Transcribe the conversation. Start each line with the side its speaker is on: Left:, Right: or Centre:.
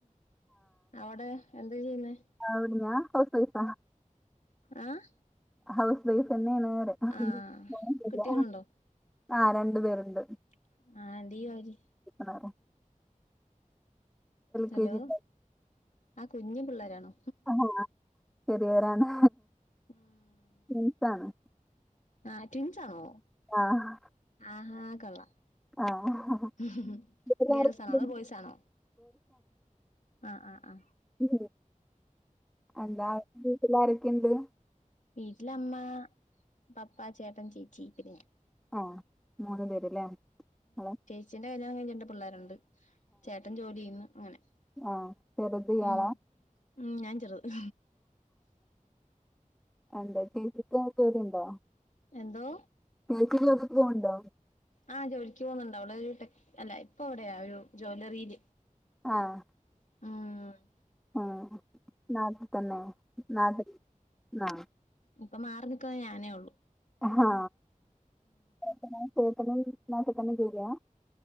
Left: അവിടെ എന്താ ചെയ്യുന്നേ?
Centre: അവ്ട്ന്നാ ഹൗസ് വൈഫ.
Left: ആഹ്
Centre: ഹൗസ് വൈഫ് തന്നെയാണ് ന്നറേ
Left: ആഹ് കുട്ടികളുണ്ടോ
Centre: ആ രണ്ടു പേരുണ്ട്.
Left: <unintelligible> വരി
Centre: ആഹ്
Left: ഹലോ
Centre: കെ ജി
Left: ആ കുഞ്ഞി പിള്ളേരാണോ?
Centre: അ ആ ചെറ്യേതാണ്.
Left: ഉം
Centre: ട്വിൻസാണ്.
Left: ആഹ് ട്വിൻസാണോ?
Centre: ആഹ്
Left: ആഹാ കൊള്ളാം.
Centre: ആഹ്
Left: ഹ് ഹ് ഹ്മ്
Centre: വീട്ടിലാരൊക്കെയുണ്ട്
Left: ഗേൾസാണോ അതോ ബോയ്സാണോ? ആ ആ ആ
Centre: ഉം എന്താ <unintelligible> വീട്ട്ലാരൊക്കെണ്ട്
Left: വീട്ടിലമ്മാ പപ്പൻ ചേട്ടൻ ചേച്ചീ പിന്നെ ഞാൻ.
Centre: ആഹ് മൂന്ന് പേര്ലേ ങ്ങൾ
Left: ച്ചിന്റെ കല്ല്യാണംകഴ്ഞ്ഞ് രണ്ട് പിള്ളേരുണ്ട്. ചേട്ടൻ ജോല്യയ്യ്ന്ന് അങ്ങനെ
Centre: ആഹ് ചെറുത് ഇയാളാ
Left: ഉം. ഉം ഞാൻ ചെറ്ത്
Centre: അൻ്റെ ചേച്ചിക്ക് <unintelligible> ണ്ടോ
Left: എന്തോ
Centre: ചേച്ചിൻ്റെ വീട്ട്ക്ക് പോവ്ണ്ടോ
Left: ആഹ് ജോലിക്ക് പോക്ന്ന്ണ്ട് അവളൊര് ടെക് അല്ല ഇപ്പവിടെയാ ഒരു ജ്വല്ലറീൽ
Centre: ആഹ്
Left: ആഹ്
Centre: ആഹ് നാട്ട് തന്നെ നാട്ട് ആ
Left: ഇപ്പം മാറി നിക്ക്ണത് ഞാനേ ഒള്ളൂ
Centre: ആഹ് ചേട്ടനോ ചേട്ടനും നാട്ട്ത്തന്നെ ജോലിയാ